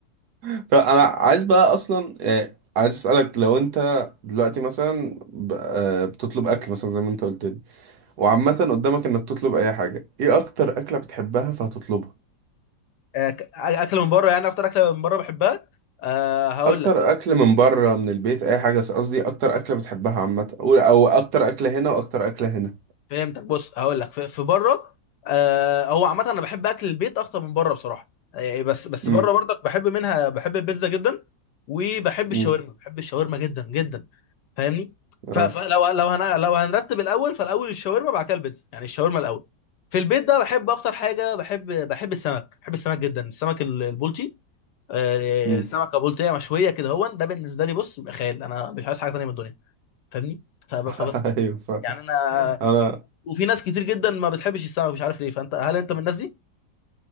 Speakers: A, on the right (about 65°); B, on the left (about 70°).
A: فانا عايز بقى اصلا يعني عايز اسالك لو انت دلوقتي مثلا ب- آه، بتطلب اكل مثلا زي ما انت قلت لي وعامه قدامك انك تطلب اي حاجه ايه اكتر اكله بتحبها فهتطلبها
B: آه، ك- اكل من بره يعني اكتر اكله من بره بحبها أه هقول
A: اكتر
B: لك
A: اكل من بره من البيت اي حاجه بس قصدي اكتر اكله بتحبها عامه او أو اكتر اكله هنا واكتر اكله هنا
B: فهمتك بص هقول لك في في بره أه هو عامه انا بحب اكل البيت اكتر من بره بصراحه آه، بس بس
A: امم
B: بره برضك بحب منها بحب البيتزا جدا وبحب الشاورما
A: امم
B: بحب الشاورما جدا جدا فاهمني
A: اه
B: ف- فلو لو هن لو هنرتب الاول فالاول الشاورما بعد كده البيتزا يعني الشاورما الاول في البيت بقى بحب اكتر حاجه بحب بحب السمك بحب السمك جدا السمك ال- البلطي آه،
A: امم
B: سمكه بلطيه مشويه كده هو ده بالنسبه لي بص بيبقى خيال انا مش عايز حاجه تانيه من الدنيا فاهمني فب-
A: <laughs>
B: فبس
A: ايوه فاهم.
B: يعني انا
A: انا
B: وفي ناس كتير جدا ما بتحبش السمك مش عارف ليه فانت هل انت من الناس دي